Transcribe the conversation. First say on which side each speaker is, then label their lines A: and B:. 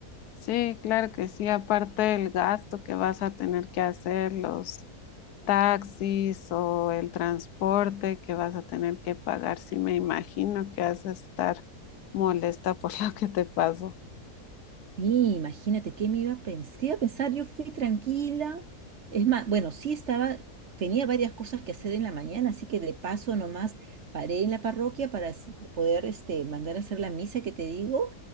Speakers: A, on the left (about 80°); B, on the right (about 50°).
A: Sí, claro que sí, aparte el gasto que vas a tener que hacer, los taxis o el transporte que vas a tener que pagar, sí me imagino que has de estar molesta por <laughs> lo que te pasó.
B: Sí, imagínate qué me iba a pensar. ¿Qué iba a pensar? Yo fui tranquila. Es más, bueno, sí estaba, tenía varias cosas que hacer en la mañana, así que de paso nomás paré en la parroquia para s- poder este, mandar a hacer la misa que te digo